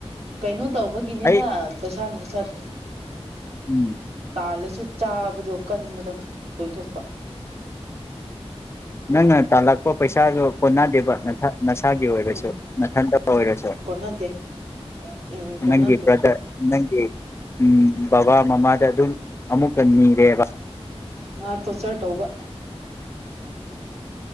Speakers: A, on the right; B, on the left.
A: ꯀꯩꯅꯣ ꯇꯧꯕꯒꯤꯅꯦꯗ
B: ꯑꯩ
A: ꯄꯩꯁꯥ ꯅꯨꯡ ꯁꯠ
B: ꯎꯝ
A: ꯆꯜꯂꯁꯨ ꯆꯥꯕꯗꯣ ꯀꯟꯕꯗ ꯂꯣꯏꯊꯣꯛꯄ
B: ꯅꯥꯡꯅꯥ ꯇꯥꯜꯂꯛꯄ ꯄꯩꯁꯥꯁꯨ ꯀꯣꯟꯅꯗꯦꯕ ꯅꯁꯥꯒꯤ ꯑꯣꯏꯔꯁꯨ
A: ꯎꯝ
B: ꯅꯥꯊꯟꯗ ꯑꯣꯏꯔꯁꯨ
A: ꯀꯣꯟꯅꯗꯦ ꯎꯝ ꯀꯣꯟꯅꯗꯦ
B: ꯅꯪꯒꯤ ꯕ꯭ꯔꯗꯔ ꯅꯪꯒꯤ ꯎꯝ ꯕꯕꯥ ꯃꯃꯥꯗ ꯑꯗꯨꯝ ꯑꯃꯨꯛꯀ ꯅꯤꯔꯦꯕ
A: <unintelligible> ꯇꯣꯔꯆꯔ ꯇꯧꯕ